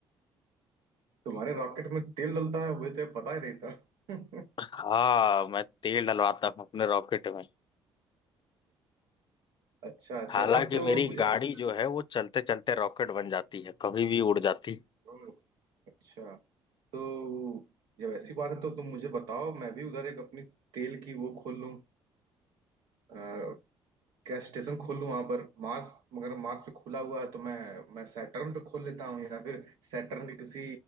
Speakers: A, on the right; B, on the left.
A: तुम्हारे रॉकेट में तेल डलता है वो तो पता ही नहीं था <laughs>
B: हाँ मैं तेल डलवाता हूँ अपने रॉकेट में
A: अच्छा अच्छा
B: हालांकि
A: तब तो
B: मेरी
A: मुझे
B: गाड़ी
A: लगा
B: जो है वो चलते चलते रॉकेट बन जाती है कभी भी उड़ जाती है।
A: ओह, <laughs> अच्छा तो जब ऐसी बात है तो तुम मुझे बताओ मैं भी उधर एक अपनी तेल की वो खोल लूं क्या स्टेशन खोल लूं वहां पर मार्स मगर मार्स पे खुला हुआ है तो मैं मैं सैटर्न पे खोल लेता हूँ या फिर सैटर्न के किसी